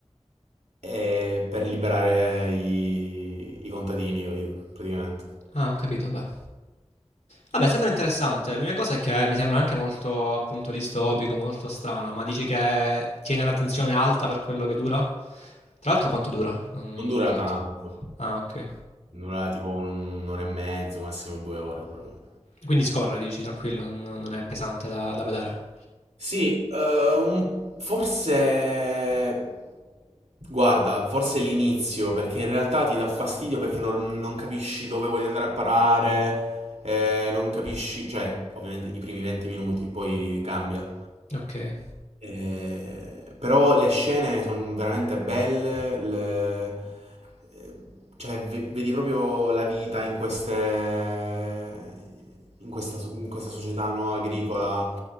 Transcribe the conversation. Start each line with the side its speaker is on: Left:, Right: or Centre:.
Right: e per liberare i, i contadini, io, io, praticamente.
Left: Ah, ho capito, beh. Vabbè, sembra interessante. L'unica cosa è che mi sembra anche molto appunto distopico, molto strano, ma dici che tiene l'attenzione alta per quello che dura? Tra l'altro quanto dura? Non,
Right: Non
Left: non
Right: dura
Left: me l'ha detto.
Right: tanto,
Left: Ah, ok.
Right: dura tipo un- un'ora e mezzo, massimo due ore proprio.
Left: Quindi scorre, dici, tranquillo, non, non è pesante da, da vedere.
Right: Sì, ehm, forse... Guarda, forse l'inizio, perché in realtà ti dà fastidio perché non, non capisci dove voglio andare a parare, eh, non capisci... Cioè, ovviamente i primi 20 minuti, poi cambia.
Left: Ok.
Right: Eh, però le scene sono veramente belle, le- eh, cioè ve- vedi proprio la vita in queste, in questa, so- in questa società no, agricola,